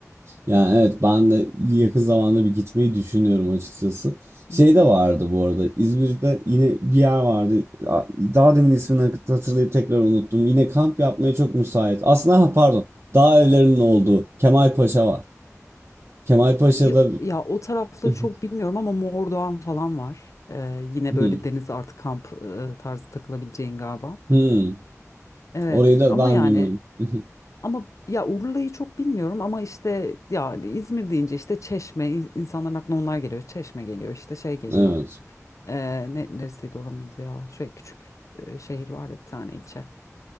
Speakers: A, on the right; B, on the left.
A: Yani evet ben de yakın zamanda bir gitmeyi düşünüyorum açıkçası. Şey
B: Hı hı.
A: de vardı bu arada İzmir'de yine bir yer vardı. A- Daha demin ismini hak- hatırlayıp tekrar unuttum. Yine kamp yapmaya çok müsait. Aslında ha, pardon dağ evlerinin olduğu Kemalpaşa var. Kemalpaşa'da
B: Ki- Ya o tarafları
A: <laughs>
B: çok bilmiyorum ama Mordoğan falan var. Eee, yine
A: Hmm,
B: böyle deniz artı kamp eee, tarzı takılabileceğin galiba.
A: hmm.
B: Evet
A: Orayı da
B: ama
A: ben
B: yani
A: bilmiyordum. <laughs>
B: Ama ya Urla'yı çok bilmiyorum ama işte yani İzmir deyince işte Çeşme in- insanların aklına onlar geliyor. Çeşme geliyor işte şey geliyor.
A: Evet.
B: Ee, ne, neresiydi oranın adı ya? Şöyle küçük e, şehir var ya bir tane ilçe.